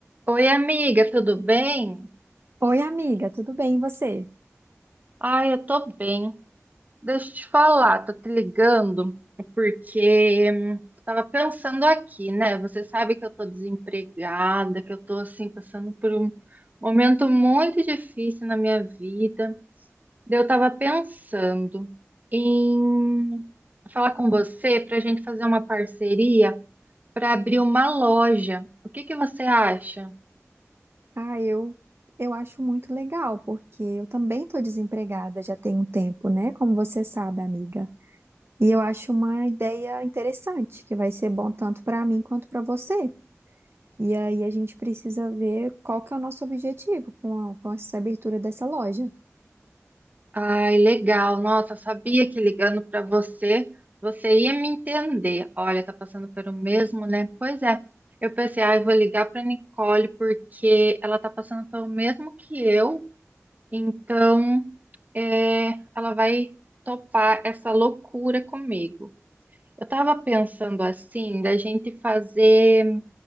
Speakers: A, on the right; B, on the right.
A: Oi, amiga, tudo bem?
B: Oi, amiga, tudo bem, e você?
A: Ai, eu tô bem. Deixa eu te falar, tô te ligando porque hum, eu tava pensando aqui, né? Você sabe que eu tô desempregada, que eu tô assim passando por um momento muito difícil na minha vida. Daí Eu tava pensando em falar com você pra gente fazer uma parceria pra abrir uma loja. O que que você acha?
B: Ah, eu, eu acho muito legal, porque eu também estou desempregada já tem um tempo, né? Como você sabe, amiga. E eu acho uma ideia interessante, que vai ser bom tanto para mim quanto para você. E aí a gente precisa ver qual que é o nosso objetivo com, a- com essa abertura dessa loja.
A: Ai, legal. Nossa, sabia que ligando para você, você ia me entender. Olha, tá passando pelo mesmo, né? Pois é. Eu pensei, ai, vou ligar para Nicole porque ela tá passando pelo mesmo que eu. Então, é, ela vai topar essa loucura comigo. Eu tava pensando assim, da gente fazer